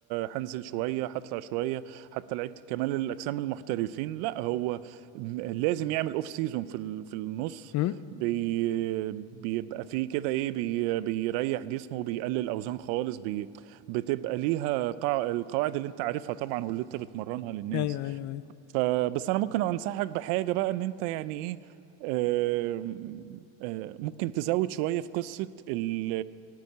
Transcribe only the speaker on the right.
هنزل شوية هطلع شوية حتى لعيبة كمال الاجسام المحترفين لا هو م- لازم يعمل اوف سيزون في ال- في النص
بي... بيبقى فيه كده ايه بي... بيريح جسمه بيقلل اوزان خالص بي... بتبقى ليها قاع... القواعد اللي انت عارفها طبعا واللي انت بتمرنها للناس
فبس انا ممكن انصحك بحاجة بقى ان انت يعني ايه آم، آم، ممكن تزود شوية في قصة ال